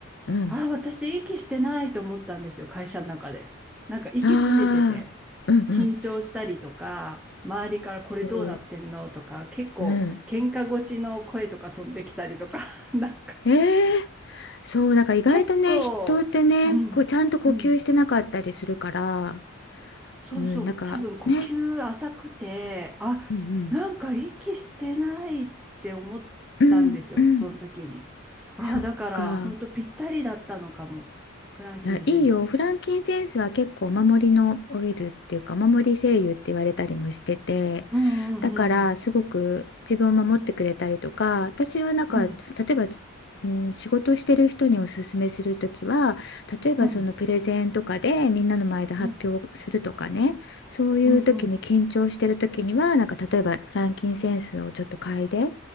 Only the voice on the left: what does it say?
うん
ああーうんうん
そう
うん。
ええそう、だから意外とね、
人ってね、
こうちゃんと呼吸してなかったりするから、
うん、なんかね、
うん
うん、うんうん、
そっか。
あ、いいよ。フランキンセンスは結構お守りのオイルっていうか、お守り精油って言われたりもしてて、
だからすごく自分を守ってくれたりとか、私はなんか、
例えば、うん、仕事してる人におすすめするときは、例えばそのプレゼンとかでみんなの前で発表するとかね、
そういう時に緊張してる時には、
なんか例えばフランキンセンスをちょっと嗅いで、